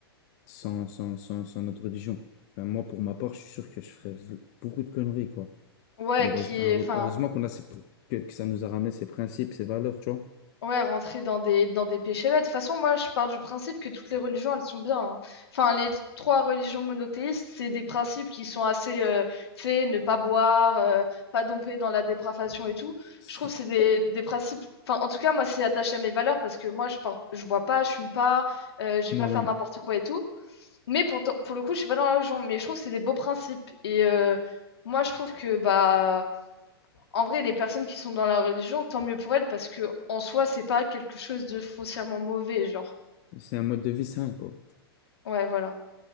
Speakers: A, on the left; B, on the left.
A: sans, sans, sans, sans notre religion. Enfin, moi, pour ma part, je suis sûr que je ferais beaucoup de conneries, quoi.
B: Ouais,
A: Heureuse-
B: qui
A: enfin,
B: est,
A: heure-
B: enfin,
A: Heureusement, qu'on a ces, pr- que, que ça nous a ramené ces principes, ces valeurs, tu vois.
B: ouais, rentrer dans des, dans des péchés bêtes. De toute façon, moi, je pars du principe que toutes les religions, elles sont bien. hein. Enfin, les trois religions monothéistes, c'est des principes qui sont assez, euh, tu sais, ne pas boire, euh, pas domper dans la dépravation et tout.
A: C'est-
B: Je trouve que c'est des, des principes. Enfin, en tout cas, moi, c'est attaché à mes valeurs parce que moi, je pars, je bois pas, je fume pas, euh, je vais
A: Moi-même.
B: pas faire n'importe quoi et tout. Mais pour, ton- pour le coup, je suis pas dans la religion, mais je trouve que c'est des beaux principes. Et euh, moi, je trouve que, bah, en vrai, les personnes qui sont dans la religion, tant mieux pour elles, parce que en soi, c'est pas quelque chose de foncièrement mauvais, genre.
A: C'est un mode de vie sain, quoi.
B: Ouais, voilà.